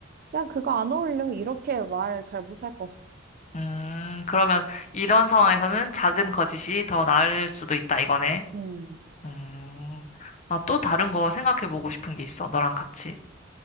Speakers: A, on the right (about 45°); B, on the left (about 35°).
A: 야, 그거 안 어울려. 이렇게 말 잘 못할 것
B: 음 그러면 이런 상황에서는 작은 거짓이 더 나을 수도 있다 이거네.
A: 음,
B: 음, 나또 다른 거 생각해 보고 싶은 게 있어, 너랑 같이.